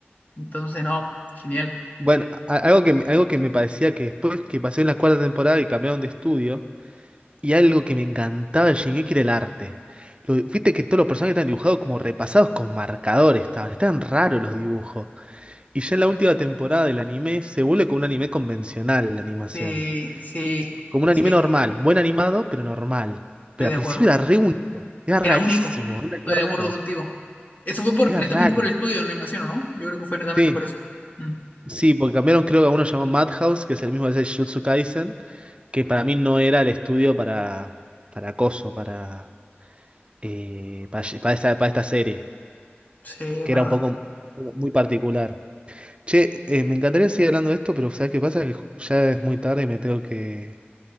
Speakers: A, on the left (about 45°); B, on the right (about 25°).
A: Entonces, no, genial.
B: Bueno, a- algo que, me- algo que me parecía que después que pasé en la cuarta temporada y cambiaron de estudio, Y algo que me encantaba de Shingeki era el arte. Lo- viste que todos los personajes estaban dibujados como repasados con marcadores, estaban, estaban raros los dibujos. Y ya en la última temporada del anime se vuelve como un anime convencional la animación.
A: Sí, sí,
B: Como un
A: sí,
B: anime normal, buen animado, pero normal.
A: estoy
B: Pero
A: de
B: al
A: acuerdo.
B: principio era re único, era
A: Era
B: rarísimo,
A: único.
B: era un anime
A: Estoy de
B: raro,
A: acuerdo contigo. Eso fue por,
B: era
A: netamente
B: raro.
A: por el estudio en la invasión, ¿o ¿no? Yo creo que fue netamente
B: Sí,
A: por eso. Mm,
B: sí, porque cambiaron creo que a uno llamó Madhouse, que es el mismo que hace Jujutsu Kaisen, que para mí no era el estudio para, para acoso, para... eh, para, lle- para esta, para esta serie,
A: sí, es
B: que
A: verdad.
B: era un poco muy particular. Che, eh, me encantaría seguir hablando de esto, pero ¿sabes qué pasa? Que ju- ya es muy tarde y me tengo que,